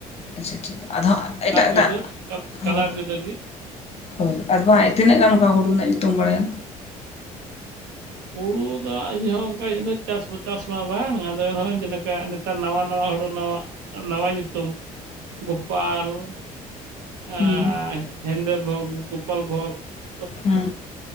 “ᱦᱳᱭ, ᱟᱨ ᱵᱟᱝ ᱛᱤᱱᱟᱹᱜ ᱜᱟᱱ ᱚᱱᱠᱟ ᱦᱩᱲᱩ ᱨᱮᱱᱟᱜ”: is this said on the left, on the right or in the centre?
Left